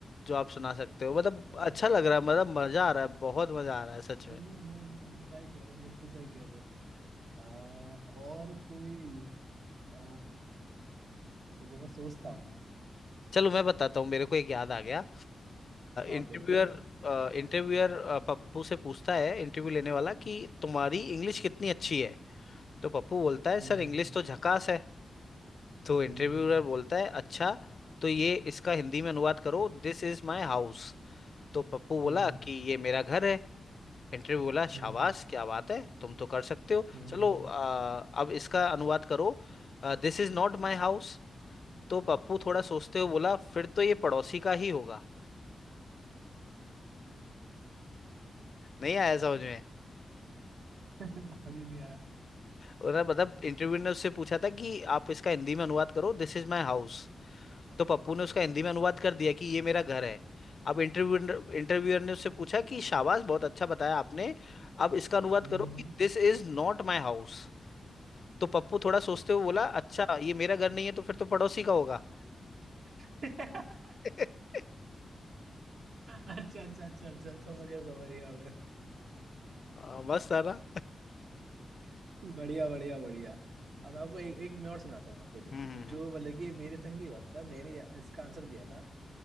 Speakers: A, on the left; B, on the right.
A: जो आप सुना सकते हो मतलब
B: हम्म,
A: अच्छा लग रहा है मतलब मजा आ रहा है बहुत मजा आ रहा है सच में
B: हम्म, हम्म, सही कह रहे हो बिल्कुल सही कह रहे हो आ, और कोई आ, तो वो मैं सोचता हूँ
A: चलो मैं बताता हूँ मेरे को एक याद आ गया
B: हाँ
A: इंटरव्यूअर
B: बिल्कुल
A: इंटरव्यूअर पप्पू से पूछता है इंटरव्यू लेने वाला कि तुम्हारी इंग्लिश कितनी अच्छी है तो पप्पू बोलता है
B: हम्म
A: सर इंग्लिश तो झकास है तो इंटरव्यूअर
B: हम्म हम्म
A: बोलता है अच्छा तो ये इसका हिंदी में अनुवाद करो दिस इज माय हाउस तो पप्पू बोला
B: हम्म
A: कि ये मेरा घर है इंटरव्यू बोला
B: हम्म
A: शाबाश
B: हम्म
A: क्या बात है तुम तो कर सकते हो
B: हम्म,
A: चलो
B: हम्म,
A: आ, अब इसका अनुवाद करो this is not my house तो पप्पू थोड़ा सोचते हुए बोला फिर तो ये पड़ोसी का ही होगा नहीं आया समझ में
B: समझ ही नहीं आया
A: उन्होंने मतलब इंटरव्यू ने उससे पूछा था कि आप इसका हिंदी में अनुवाद करो दिस इज माई हाउस तो पप्पू ने उसका हिंदी में अनुवाद कर दिया कि ये मेरा घर है अब इंटरव्यू इंटरव्यूअर ने उससे पूछा कि शाबाश बहुत अच्छा बताया आपने अब इसका अनुवाद
B: हम्म,
A: करो
B: हम्म,
A: कि
B: हम्म।
A: this is not my house तो पप्पू थोड़ा सोचते हुए बोला अच्छा ये मेरा घर नहीं है तो फिर तो पड़ोसी का होगा
B: अच्छा <laughs>
A: <laughs>
B: अच्छा अच्छा अच्छा समझ गया समझ गया मैं
A: हाँ, मस्त था ना
B: बढ़िया बढ़िया बढ़िया अब आपको एक एक मैं और सुनाता हूँ आपको जो
A: हम्म
B: जो मतलब कि मेरे संग ही हुआ था मैंने इसका आंसर दिया था